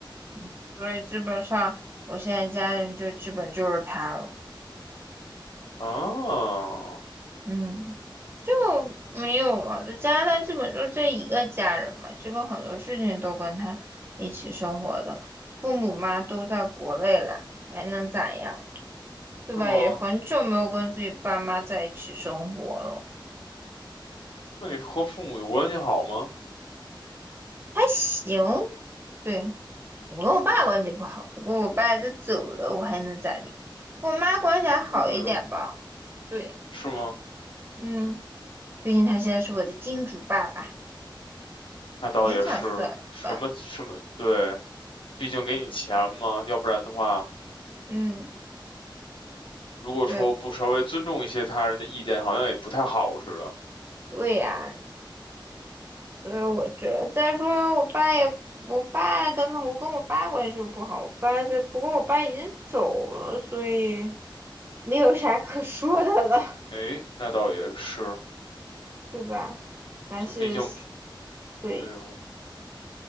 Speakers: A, on the right; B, on the left.
A: 嗯，所以基本上我现在家人就基本就是他了，
B: 啊？
A: 嗯，就没有嘛，在加拿大基本就这一个家人嘛，基本很多事情都跟他一起生活的，父母嘛都在国内了，还能咋样，对吧？
B: 是吗？
A: 也很久没有跟自己爸妈在一起生活了，
B: 那你和父母的关系好吗？
A: 还行，对，我跟我爸关系不好，不过我爸都走了，我还能咋地？我妈关系还好一点吧，
B: 哎呦，
A: 对，
B: 是吗？
A: 嗯。毕竟他现在是我的金主爸爸，
B: 那倒也是，
A: 勉强算吧。
B: 什么什么，对，毕竟给你钱嘛，要不然的话，
A: 嗯，
B: 如果说不稍微尊重一些他人的意见，
A: 对
B: 好像也不太好似的。
A: 对呀、所以我觉得再说我爸也，我爸跟我跟我爸关系又不好，我爸这不过我爸已经走了，所以没有啥可说的了，
B: 诶，那倒也是，
A: <laughs> 对吧？凡是死
B: 就毕竟不
A: 对
B: 对，我们